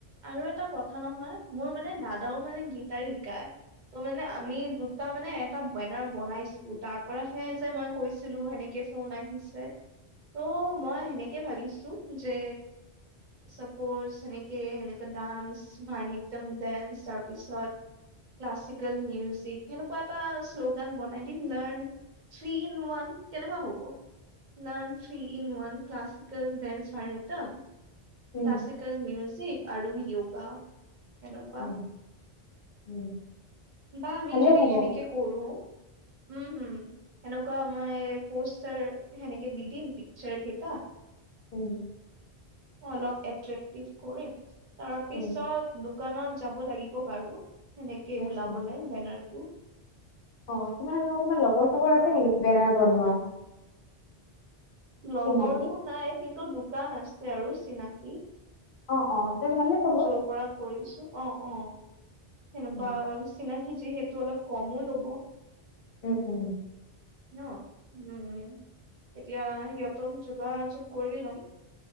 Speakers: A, on the right; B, on the left.
A: আৰু এটা কথা নহয় মোৰ মানে দাদাও মানে গীটাৰ শিকায়। ত' মানে আমি দুটা মানে এটা বেনাৰ বনাইছোঁ তাৰ পৰাহে যে মই কৈছিলোঁ সেনেকে ফোন আহিছে ত' মই সেনেকে ভাবিছোঁ যে চাপোজ সেনেকে সেনেকা ডান্স ভাৰত নৃত্যম ডেন্স তাৰপিছত ক্লাছিকেল মিউজিক হে ন এটা শ্লোগান বনাই দিম লাৰ্ণ থ্ৰী ইন ওৱান কেনেকুৱা হ'ব? লন ফ্ৰী ইন ন ক্লাছিকেল ডেন্স ভণিত
B: উম
A: ক্লাছিকেল মিউজিক আৰু য়োগা তেনেকুৱা।
B: উম, উম,
A: বা আমি
B: ভালে
A: যদি
B: হ'ব
A: সেনেকে কৰো উম হম। এনেকুৱা মই পষ্টাৰ সেনেকে দি দিম পিকচাৰ কেইটা।
B: উম।
A: অলপ <unintelligible> কৰি তাৰপিছত
B: উম
A: দোকানত যাব লাগিব বাৰু। সেনেকে
B: উম
A: ওলাবলৈ
B: উম।
A: বেনাৰ টো।
B: অ' তোমাৰ অকমান লগৰ
A: সেনেকুৱা
B: চাগৰ আছে নেকি বেনাৰ বনোৱা।
A: লগৰটো
B: চিনাকি?
A: নাই কিন্তু দোকান আছে আৰু চিনাকি।
B: অ' অ' তে ভালেই হ'ব।
A: যৰ পৰা কৰিছো অ' অ' সেনেকুৱা
B: উম।
A: চিনাকি যিহেতু অলপ কমো ল'ব।
B: উম উম।
A: ন উম এতিয়া সিহঁতক যোগাযোগ কৰি লম।